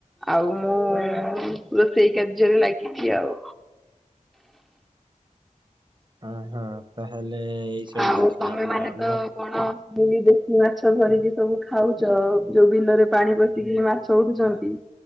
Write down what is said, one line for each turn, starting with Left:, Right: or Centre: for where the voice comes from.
Centre: ଆଉ ମୁଁ ରୋଷେଇ କାର୍ଯ୍ୟରେ ଲାଗିଛି ଆଉ।
Right: ହ ହଁ ତାହେଲେ ଏଇ ସବୁ
Centre: ଆଉ
Right: ଜିନିଷ
Centre: ତମେ
Right: ଆମ
Centre: ମାନେ
Right: ଆମର
Centre: ତ କଣ ଦେଶୀ ମାଛ ଧରିକି ସବୁ ଖାଉଛ ଯୋଉ ବିଲରେ ପାଣି ପଶିକି ମାଛ ଉଠୁଛନ୍ତି।